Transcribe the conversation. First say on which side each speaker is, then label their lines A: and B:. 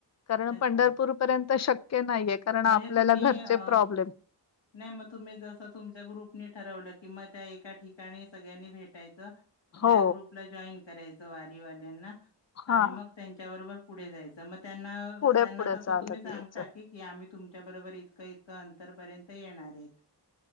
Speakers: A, on the left; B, on the left.
A: कारण
B: अच्छा
A: पंढरपूर. पर्यंत शक्य नाहीये, कारण आपल्याला
B: म्हणजे तुम्ही
A: घरचे
B: अ
A: प्रॉब्लेम,
B: नाही मग तुम्ही जस तुमच्या ग्रुपनी ठरवल, की मग त्या एका ठिकाणी सगळ्यांनी भेटायच.
A: हो
B: त्या ग्रुपला जॉईन करायच, वारीवाल्यांना
A: हा
B: आणि मग त्यांच्याबरोबर पुढे जायच, मग त्यांना,
A: पुढे
B: त्यांना
A: पुढे
B: तस
A: चालत
B: तुम्ही सांगता
A: यायचं
B: की, की आम्ही तुमच्या बरोबर इतक इतक अंतरपर्यंत येणार आहे.